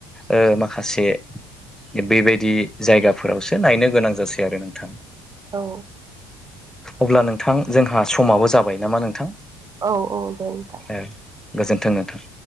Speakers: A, in the centre; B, on the right.
A: ओ माखासे बेबायदि जायगाफोरावसो नायनो गोनां जासै आरो नोंथां
B: औ
A: अब्ला नोंथां जोंहा समाबो जाबाय नामा नोंथां
B: औ औ दे नोंथां
A: एह गोजोन्थों नोंथां